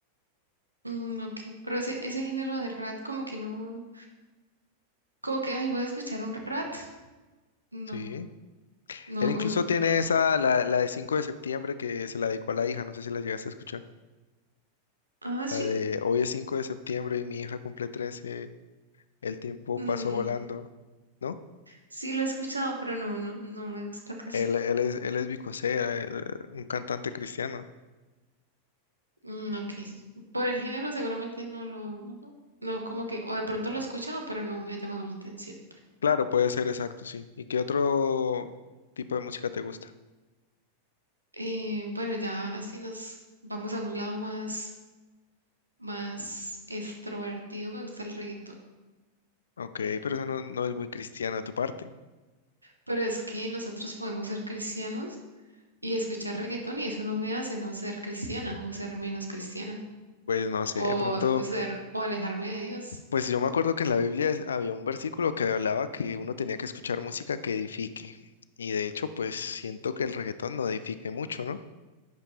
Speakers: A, on the right; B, on the left.
A: Mm, ok, pero ese, ese género de rap como que no, como que, ay, voy a escuchar un rap. No,
B: Sí.
A: no,
B: Él incluso
A: no.
B: tiene esa, la, la de 5 de septiembre que se la dedicó a la hija, no sé si la llegaste a escuchar.
A: Ah, sí,
B: La de hoy es 5 de septiembre y mi hija cumple 13. el tiempo
A: mm,
B: pasó volando, ¿no?
A: sí lo he escuchado, pero no, no, no me gusta casi.
B: Él, él es, él es Vico Sea, él- un cantante cristiano.
A: Mm, ok, por el género seguramente no lo, no, no, no, como que, o de pronto lo he escuchado, pero no me ha llamado la atención.
B: Claro, puede ser exacto, sí. ¿Y qué otro tipo de música te gusta?
A: Eh, bueno, ya si nos vamos a un lado más, más extrovertido, me gusta el reggaetón.
B: Ok, pero eso no, no es muy cristiano de tu parte.
A: Pero es que nosotros podemos ser cristianos y escuchar reggaetón y eso no me hace no ser cristiana o ser menos cristiana
B: Pues no sé,
A: o
B: de pronto
A: ser o alejarme de Dios.
B: Pues yo me acuerdo que en la Biblia es- había un versículo que hablaba que uno tenía que escuchar música que edifique. Y de hecho, pues siento que el reggaetón no edifique mucho, ¿no?